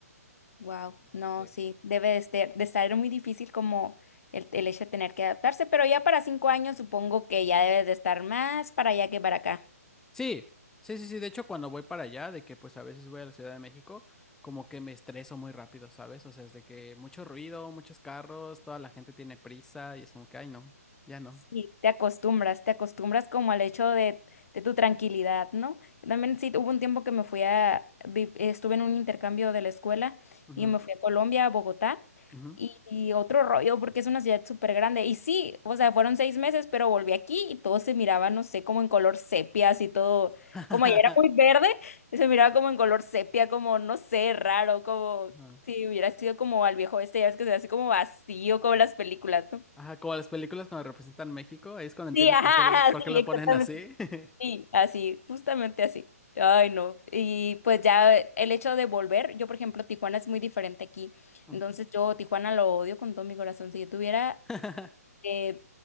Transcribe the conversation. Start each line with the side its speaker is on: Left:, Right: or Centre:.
Left: Wow,
Centre: Entonces,
Left: no,
Centre: sí.
Left: sí, debe de ser, de estar muy difícil como el, el hecho de tener que adaptarse, pero ya para cinco años supongo que ya debes de estar más para allá que para acá.
Centre: Sí, sí, sí, sí. De hecho, cuando voy para allá, de que pues a veces voy a la Ciudad de México, como que me estreso muy rápido, ¿sabes? O sea, es de que mucho ruido, muchos carros, toda la gente tiene prisa y es como que, ay, no, ya no.
Left: Sí, te acostumbras, te acostumbras como al hecho de, de tu tranquilidad, ¿no? Yo También sí, hubo un tiempo que me fui a, vi- estuve en un intercambio de la escuela
Centre: Ujú,
Left: y me fui a Colombia, a Bogotá,
Centre: ujú.
Left: y, y otro rollo porque es una ciudad súper grande. Y sí, o sea, fueron seis meses, pero volví aquí y todo se miraba, no sé, como en color sepia, así todo,
Centre: <laughs>
Left: como ya era muy verde, se miraba como en color sepia, como, no sé, raro, como
Centre: Ajá,
Left: si hubiera sido como al viejo este, ya ves que se ve así como vacío, como las películas, ¿no?
Centre: Ajá, como las películas cuando representan México, ahí es cuando entiendes
Left: Sí, ajá,
Centre: por qué, por
Left: ajá, sí,
Centre: qué lo
Left: exactamente.
Centre: ponen así. <laughs>
Left: Sí, así, justamente así. Ay, no. Y pues ya el hecho de volver, yo por ejemplo, Tijuana es muy diferente aquí.
Centre: Ujú.
Left: Entonces yo Tijuana lo odio con todo mi corazón. Si yo tuviera,
Centre: <laughs>
Left: eh,